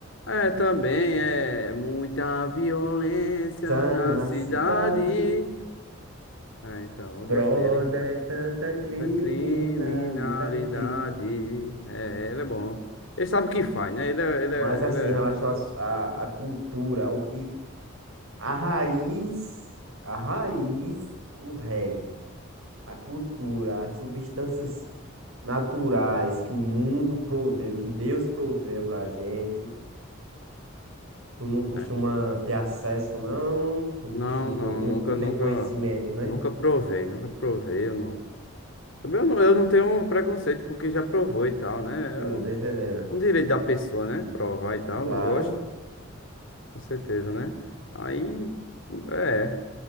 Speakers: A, on the left (about 65°); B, on the right (about 85°).
A: É, também é muita violência
B: Tá
A: na
B: na
A: cidade.
B: cidade,
A: É, então,
B: <laughs> brother,
A: eu gosto dele.
B: é tanta criminalidade.
A: Da criminalidade. É, ele é bom. Ele sabe o que faz, né? Ele é, ele
B: Mas
A: é,
B: assim,
A: ele é...
B: em relação à à à cultura, o que a raiz, a raiz do reggae, a cultura, as substâncias naturais que o mundo proveu, que Deus proveu pra gente. Tu não costuma
A: certo.
B: ter acesso, não? Tu
A: Não,
B: não costuma, con-
A: não,
B: não,
A: nunca,
B: não tem
A: nunca,
B: conhecimento, né?
A: nunca provei, nunca provei. Eu não, também eu não, eu não tenho um preconceito com quem já provou e tal, né?
B: Sim, tô
A: É
B: entendendo.
A: um direito da pessoa, né? Provar e tal,
B: Claro,
A: não gosto, com certeza, né? Aí, é,